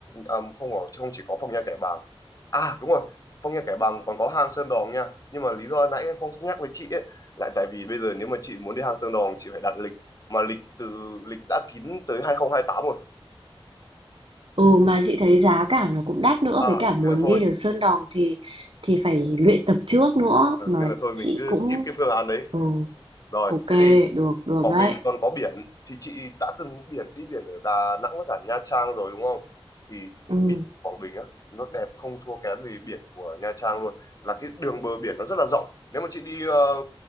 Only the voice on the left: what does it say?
à, không có- không chỉ có Phong Nha Kẻ Bàng. À đúng rồi, Phong Nha Kẻ Bàng còn có hang Sơn Đòn nha. Nhưng mà lý do nãy em không nhắc với chị ấy lại tại vì bây giờ nếu mà chị muốn đi hang Sơn Đòn chị phải đặt lịch mà lịch từ lịch đã kín tới 2028 rồi.
À,
nên là thôi,
Ừ,
nên là thôi
mình cứ
skip cái phương án đấy.
Rồi,
thế thì
Quảng
Bình còn có biển thì chị đã từng biển đi biển ở Đà Nẵng với cả Nha Trang rồi đúng không? Thì
biển Quảng Bình á nó đẹp không thua kém gì biển của Nha Trang luôn. Là cái đường bờ biển nó rất là rộng. Nếu mà chị đi ờ,